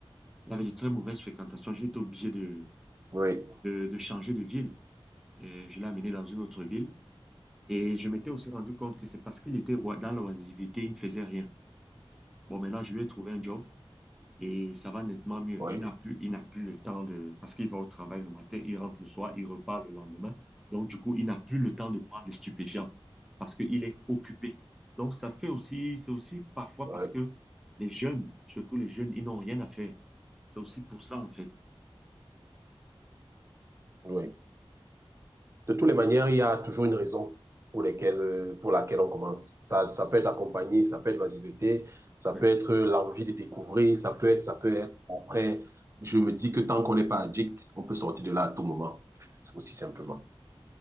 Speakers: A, in the centre; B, on the right.
A: Il avait de très mauvaises fréquentations. J'ai été obligé de,
B: oui,
A: de, de changer de ville. Euh, je l'ai amené dans une autre ville. Et je m'étais aussi rendu compte que c'est parce qu'il était oi- dans l'oisiveté, il ne faisait rien. Bon, maintenant, je lui ai trouvé un job. Et ça va nettement mieux.
B: oui,
A: Il n'a plus, il n'a plus le temps de... Parce qu'il va au travail le matin, il rentre le soir, il repart le lendemain. Donc, du coup, il n'a plus le temps de prendre les stupéfiants parce qu'il est occupé. Donc, ça fait aussi, c'est aussi parfois
B: oui,
A: parce que les jeunes, surtout les jeunes, ils n'ont rien à faire. C'est aussi pour ça, en fait.
B: oui. de toutes les manières, il y a toujours une raison pour, lesquelles, euh, pour laquelle on commence. Ça, ça peut être accompagné, ça peut être l'asiveté, ça
A: Ouais.
B: peut être l'envie de découvrir, ça peut être, ça peut être après. Je me dis que tant qu'on n'est pas addict, on peut sortir de là à tout moment. Aussi simplement.